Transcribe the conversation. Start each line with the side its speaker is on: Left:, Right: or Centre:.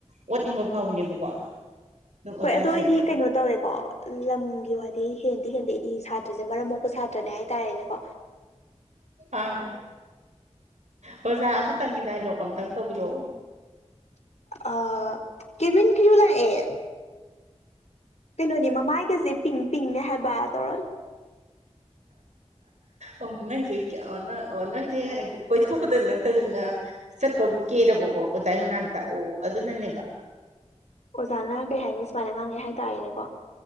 Right: ꯑꯣꯠꯅꯤꯡꯕ ꯐꯥꯎꯕꯅꯦꯕꯀꯣ ꯑꯗꯨꯝ ꯑꯣꯖꯥꯁꯦ
Left: ꯍꯣꯏ ꯑꯗꯣ ꯑꯩꯗꯤ ꯀꯩꯅꯣ ꯇꯧꯋꯦꯀꯣ ꯂꯝꯒꯤ ꯋꯥꯗꯤ ꯍꯦꯟꯗꯤ ꯍꯦꯟꯗꯦ ꯑꯩꯗꯤ ꯁꯥꯇ꯭ꯔꯖꯦ ꯃꯔꯝ ꯃꯣꯛꯄ ꯁꯥꯇ꯭ꯔꯅꯦ ꯍꯥꯏꯇꯥꯔꯦꯅꯦꯀꯣ
Right: ꯑꯥ ꯑꯣꯖꯥ ꯑꯃꯇꯪꯒꯤ ꯗꯥꯏꯂꯣꯛ ꯑꯝꯇꯪ ꯇꯧꯕꯤꯔꯛꯑꯣ
Left: ꯑ ꯀꯦꯕꯤꯟ ꯀꯔꯤꯎ ꯂꯥꯛꯑꯦ ꯀꯩꯅꯣꯅꯦ ꯃꯃꯥꯏꯒꯖꯦ ꯄꯤꯡ ꯄꯤꯡꯅꯦ ꯍꯥꯏꯕ ꯇꯧꯔꯅꯤ
Right: ꯑꯣ ꯅꯪꯖꯦ ꯀꯤꯌꯅꯥ ꯑꯣ ꯅꯪꯖꯦ ꯀꯣꯏꯊꯣꯛꯀꯗꯣꯏ ꯅꯠꯇꯗꯅ ꯆꯠꯇꯧꯕꯨ ꯀꯦꯔꯕꯣ ꯑꯣꯖꯥꯏ ꯃꯅꯥꯛꯇ ꯑꯣ ꯑꯗꯨꯅꯅꯦꯕ
Left: ꯑꯣꯖꯥꯅ ꯀꯩ ꯍꯥꯏꯅꯤ ꯁꯨꯃꯥꯏꯅ ꯉꯥꯡꯉꯥꯛꯉꯦ ꯍꯥꯏꯇꯥꯔꯦꯅꯦꯀꯣ